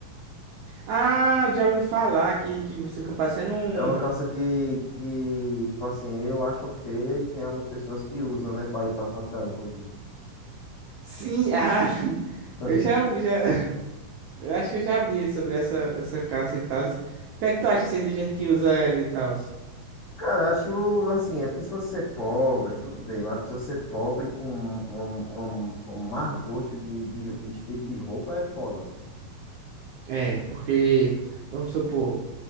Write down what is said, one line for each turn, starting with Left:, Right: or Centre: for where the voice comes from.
Right: Ah, já ouvi falar que, que você fica parecendo um...
Left: É uma calça que, que, tipo assim, eu acho feia e tem algumas pessoas que usam, né, pra ir pra faculdade, inclusive.
Right: Sim, <laughs> ah,
Left: <laughs>
Right: eu já, já... Eu acho que eu já vi sobre essa, essa calça e tal. O que é que tu acha assim, de gente que usa ela e tal?
Left: Cara, acho assim, a pessoa ser pobre, tudo bem, mas a pessoa ser pobre com um, um, um um má gosto de, de, de estilo de roupa é foda.
Right: É, porque, vamos supor,